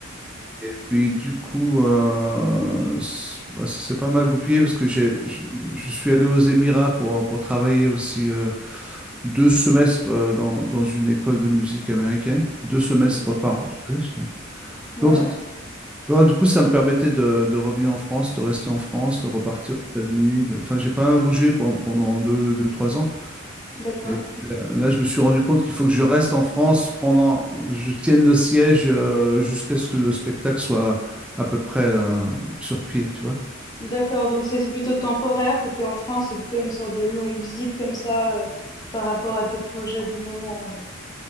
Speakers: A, in the centre; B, on the left.
A: Et puis, du coup, euh, c- bah, ça s'est pas mal goupillé parce que j'ai, je, je suis allé aux Émirats pour, pour travailler aussi euh, deux semestres euh, dans, dans une école de musique américaine. Deux semestres
B: mhm,
A: par an. je faisais, j'étais-
B: mhm.
A: Donc,
B: Ouais,
A: c- voilà, du coup, ça me permettait de, de revenir en France, de rester en France, de repartir aux États-Unis. de- Enfin, j'ai pas mal bougé pen- pendant deux, deux, trois ans.
B: d'accord.
A: Et puis là, là, je me suis rendu compte qu'il faut que je reste en France pendant, je tienne le siège euh, jusqu'à ce que le spectacle soit à peu près euh, sur pied, tu vois.
B: D'accord, donc c'est c'est plutôt temporaire que tu es en France, c'est plutôt une sorte de longue visite comme ça euh, par rapport à tes projets du moment alors,